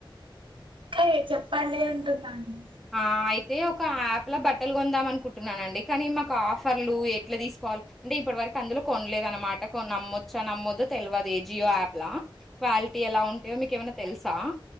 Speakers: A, on the right; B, in the centre.
A: అ చెప్పండి అంటుందండి
B: ఆ అయితే ఒక యాప్ లో బట్టలు కొందాం అనుకుంటున్నానండి కానీ మాకు ఆఫర్లు ఎట్లా తీసుకు కాల్ అంటే ఇప్పటి వరకు అందులో కొనలేదు అనమాట కొ నమ్మొచ్చా నమ్మొద్దో తెలియదు ఏ జియో యాప్ లా క్వాలిటీ ఎలా ఉంటాయో మీక ఏమైనా తెలుసా